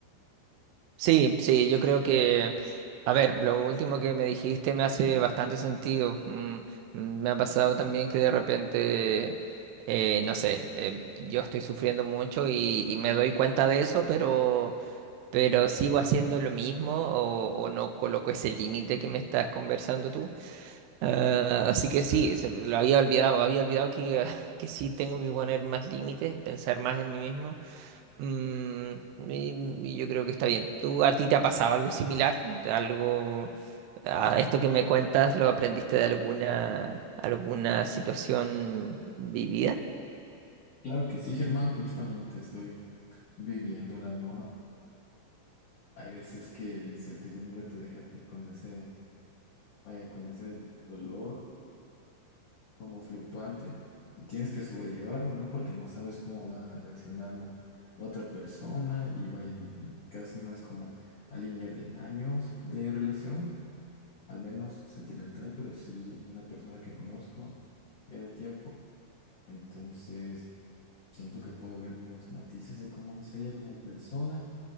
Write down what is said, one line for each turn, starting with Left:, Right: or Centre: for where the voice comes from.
Right: Sí, sí, yo creo que, a ver, lo último que me dijiste me hace bastante sentido. Mm, mm, me ha pasado también que de repente, eh, no sé, eh, yo estoy sufriendo mucho y, y me doy cuenta de eso, pero, pero sigo haciendo lo mismo o, o no coloco ese límite que me estás conversando tú. Ah, así que sí, se- lo había olvidado, había olvidado que, <laughs> que sí tengo que poner más límites, pensar más en mí mismo. Mm, y- y yo creo que está bien. ¿Tú a ti te ha pasado algo similar? ¿Algo a esto que me cuentas lo aprendiste de alguna alguna situación vivida?
Left: Claro que sí, Germán, justamente estoy viviendo la nueva. Hay veces que la incertidumbre te deja tú con ese, vaya, con ese dolor como fluctuante y tienes que sobrellevarlo, ¿no? Porque no sabes cómo va a reaccionar la, la otra persona y vaya, en en mi caso no es como alguien ya de años de relación, al menos sentimental, pero sí una persona que conozco ya de tiempo, entonces siento que puedo ver bien los matices de cómo es ella como persona